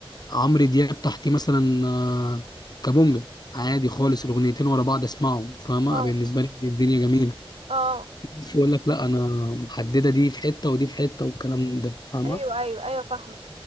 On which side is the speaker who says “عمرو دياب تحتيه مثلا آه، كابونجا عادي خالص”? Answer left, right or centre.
Left